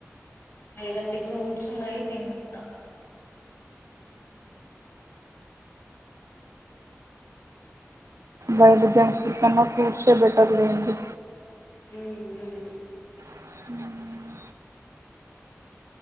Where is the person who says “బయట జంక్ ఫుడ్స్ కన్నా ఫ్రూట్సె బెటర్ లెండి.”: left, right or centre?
Right